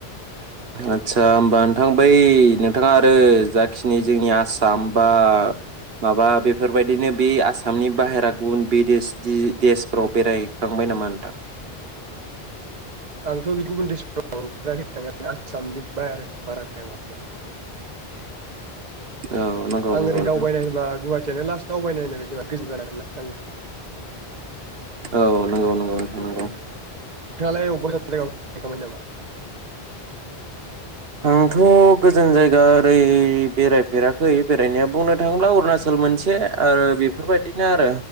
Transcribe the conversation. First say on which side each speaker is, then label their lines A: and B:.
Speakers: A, on the right (about 70°); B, on the right (about 45°).
A: आस्सा होमबा नोंथां बै नोंथाङा आरो जाखिनि जोंनि आसाम बा माबा बेफोरबायदिनो बे आसामनि बाहेरा गुबुन बिदेश देशफोराव बेरायहैखांबाय नामा नोंथां?
B: आंथ' बेदि गुबुन डिस्ट्रिक्टाव थांफेराखै थांनाया आसामनि बाहेरायाव बेरायाखै माने
A: औ नंगौ
B: आं
A: नंगौ
B: ओरै दावबायनाय
A: नोंथां
B: होनबा गुवा तीयानो लास दावबायनाय होननाय बायदिा गोजोन जानाय आर ना। आं
A: औ नंगौ नंगौ नोंथां नंगौ।
B: नोंथाङालाय <unintelligible> नामा।
A: आंथ' गोजान जायगा ओरै बेरायफेराखै बेरायनाया बुंनो थाङोब्ला अरुणाचल मोनसे आरो बेफोरबायदिनो आरो